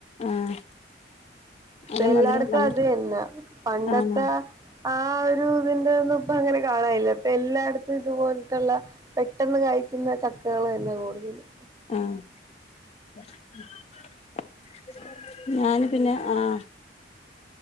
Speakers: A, on the left (about 35°); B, on the right (about 20°).
A: ആഹ് നല്ല
B: പ്പ എല്ലായിടത്തും
A: മധുരം കള
B: അത് എന്നെ പണ്ടത്തെ
A: ആഹ്
B: ആ ഒരു ഇതിന്റെ ഒന്നും ഇപ്പ അങ്ങനെ കാണായില്ല ഇപ്പൊ എല്ലായിടത്തും ഇതുപോലത്തുള്ള പെട്ടെന്ന് കായ്ക്കുന്ന ചക്കകള് തന്നെ കൂടുതലും.
A: ആഹ് <inaudible> ഞാന് പിന്നെ ആഹ്